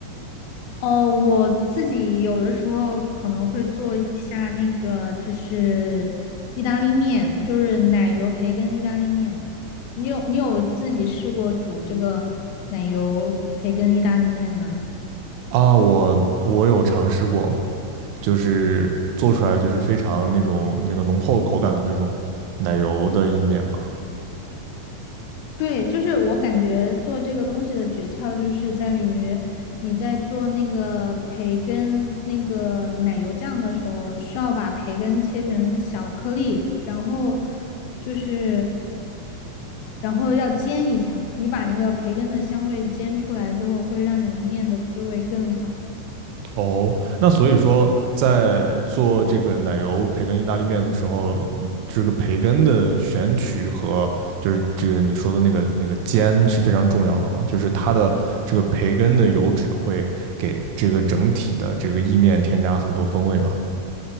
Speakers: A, on the left (about 85°); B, on the right (about 85°).
A: 哦，我自己有的时候可能会做一下那个，就是意大利面，就是奶油培根意大利面。你有你有自己试过煮这个奶油培根意大利面吗？
B: 啊，我我有尝试过，就是做出来就是非常那种那个浓厚口感的那种奶油的意面嘛。
A: 对，就是我感觉做这个东西的诀窍就是在于你在做那个培根那个奶油酱的时候，需要把培根切成小颗粒，然后就是然后要煎一下，你把那个培根的香味煎出来之后，会让你的面的滋味更好。
B: 哦，那所以说，在做这个奶油培根意大利面的时候，这个培根的选取和就是这个你说的那个那个煎是非常重要的嘛，就是它的这个培根的油脂会给这个整体的这个意面添加很多风味嘛。